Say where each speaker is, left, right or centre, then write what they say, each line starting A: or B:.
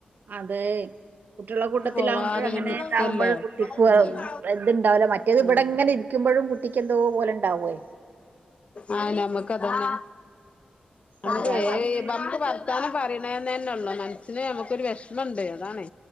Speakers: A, on the right; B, on the left.
A: അതേ കുട്ടികള കൂട്ടത്തിലാവുമ്പഴ്‌
B: പോവാതെ
A: അങ്ങനെ
B: ഇങ്ങനെ
A: ഉണ്ടാവുമ്പഴും
B: നിക്കല്ലേ
A: കു <unintelligible> ഇപ്പൊ
B: ഉം
A: ഇതുണ്ടാവല്ല മറ്റേത് ഇവിടെ
B: ഉം
A: ഇങ്ങനെ ഇരിക്കുമ്പോഴും കുട്ടിക്ക് എന്തോ പോലെ ഉണ്ടാവുവേ
B: ആ നമ്മുക്ക് അതന്നെ
A: എന്തായാലും
B: അതേയ് പത്ത് വർത്താനം പറയണതന്നന്നെ ഉള്ളൂ മനസ്സിന് നമുക്കൊരു വെഷമുണ്ട് അതാണേ